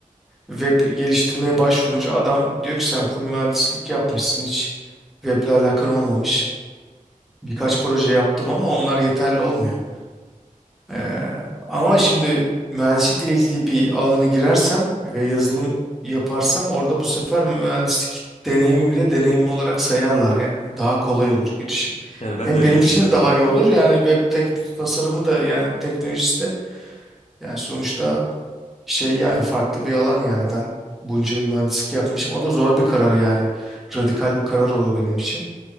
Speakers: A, in the centre; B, on the left.
A: web geliştirmeye başvurunca adam diyor ki sen full mühendislik yapmışsın hiç weble alakan olmamış. Birkaç proje yaptım ama onlar yeterli olmuyor. Ee, ama şimdi mühendislikle ilgili bir alana girersem ve yazılım yaparsam orada bu sefer mühendislik deneyimi bile deneyim olarak sayarlar yani. Daha kolay olur girişim.
B: Yani ben
A: Hem
B: de öyle
A: benim
B: düşünüyorum.
A: için de daha
B: Evet.
A: iyi olur yani web tek tasarımı da yani teknolojisi de yani sonuçta şey yani farklı bir alan yani ben bunca yıl mühendislik yapmışım. O da zor bir karar yani. Radikal bir karar olur benim için.